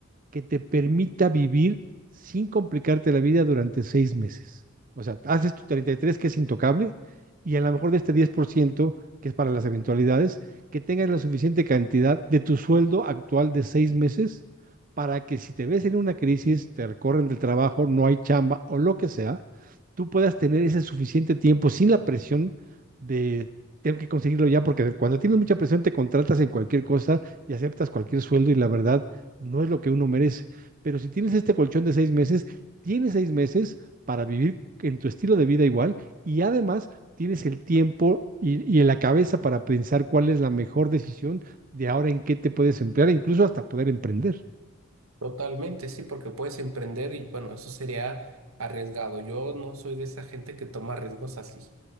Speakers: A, on the right; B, on the right.
A: que te permita vivir sin complicarte la vida durante seis meses. O sea, haces tu 33 que es intocable y a lo mejor de este 10% que es para las eventualidades, que tengas la suficiente cantidad de tu sueldo actual de seis meses para que si te ves en una crisis, te recorren del trabajo, no hay chamba o lo que sea, tú puedas tener ese suficiente tiempo sin la presión de tengo que conseguirlo ya, porque cuando tienes mucha presión te contratas en cualquier cosa y aceptas cualquier sueldo y la verdad no es lo que uno merece. Pero si tienes este colchón de seis meses, tienes seis meses para vivir en tu estilo de vida igual y además tienes el tiempo y, y en la cabeza para pensar cuál es la mejor decisión de ahora en qué te puedes emplear, incluso hasta poder emprender.
B: Totalmente, sí, porque puedes emprender y bueno, eso sería arriesgado. Yo no soy de esa gente que toma riesgos así.